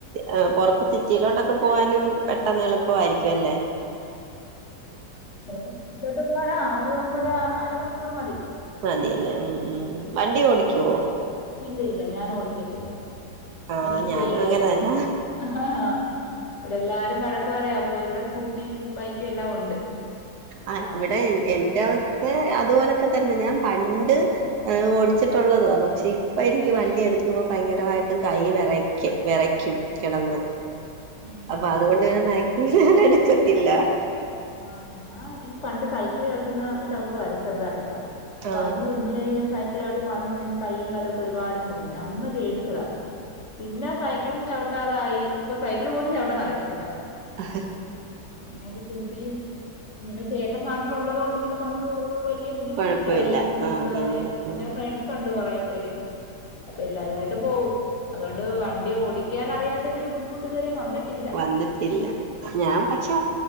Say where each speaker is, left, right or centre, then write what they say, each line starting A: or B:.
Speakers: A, on the right; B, on the left.
A: എഹ് പൊ റത്ത് സിറ്റിയിലോട്ടൊക്കെ പോവാനും പെട്ടെന്ന് എളുപ്പവായിരിക്കും അല്ലേ
B: ഇബടത്തെ സിറ്റിയിലോട്ട് പോകാന് ആഹ് ഒരു നമുക്കൊരു അരമണിക്കൂർ മതി
A: മതിയല്ലേ ഉം ഉം വണ്ടി ഓടിക്കോ
B: ഇല്ല ഇല്ല ഞാൻ ഓടിക്കത്തില്ല
A: ആഹ്
B: എനിക്ക്
A: ഞാനും
B: പേടിയായേ
A: അങ്ങനെ തന്നെ
B: ആഹ് ആഹ് ഇവിടെ എല്ലാരും വഴക്ക് പറയാ അപ്പൊ ഇവിടെ സ്കൂട്ടിയും ബൈക്കും എല്ലാം ഉണ്ട്
A: ആഹ്
B: അതെ
A: ഇവിടെ എന്റെ അവസ്ഥേ അതുപോലൊക്കെതന്നെ ഞാൻ പണ്ട് എഹ് ഓടിച്ചിട്ടുള്ളതുവാ പക്ഷെ ഇപ്പ എനിക്ക് വണ്ടി എടുക്കുമ്പോ ഭയങ്കരമായിട്ട് കയ്യ് വെറയ്ക്കും വെറയ്ക്ക്യും കെടന്ന്
B: ഉം
A: അപ്പൊ
B: ഉം
A: അതുകൊണ്ട് പിന്നെ മാക്സിമം ഞാൻ എടുക്കത്തില്ല
B: ആഹ് ഞാൻ എനിക്ക് പണ്ട് സൈക്ക്ള് ചവിട്ടുന്ന ചവുട്ടുവായിരന്നു ചെറുതായിട്ടൊക്കെ അപ്പന്ന്
A: ആ
B: കുഞ്ഞിലേ ഇങ്ങനെ സൈക്ക്ള് ചവുട്ടി മറിഞ്ഞ് വീണ് കയ്യും കാലും ഒക്കെ ഒരുപാട് മുറിഞ്ഞ് അന്ന് പേടിച്ചതാ പിന്നെ സൈക്കിളും ചവ് ട്ടാതായി ഇപ്പൊ സൈക്കിള് പോലും ചവിട്ടാൻ അറിയത്തില്ല
A: ആ
B: ഇതുങ്ങൊണ്ട് സ്കൂട്ടിയും ഇങ്ങനെ ചേട്ടൻ നാട്ടില് ഉള്ളത് കൊണ്ട് പിന്നെ നമുക്ക് വെല്യെ ബുദ്ധിമുട്ടില്ല
A: കൊഴപ്പമില്ല
B: എവിടെയെങ്കിലും പോകുന്നതിന്
A: ആ ആ
B: പിന്നെ
A: ആ
B: ഫ്രണ്ട്സ് സൊണ്ട് കൊറേ പേര് അപ്പ എല്ലാരുവായിട്ട് പോവും അതുകൊണ്ട് വണ്ടി ഓടിക്കൻ അറിയാത്തതിന്റെ ഒരു ബുദ്ധിമുട്ട് ഇതുവരെ മന്നിട്ടില്ല
A: വന്ന്ട്ടില്ല ഞാൻ പക്ഷെ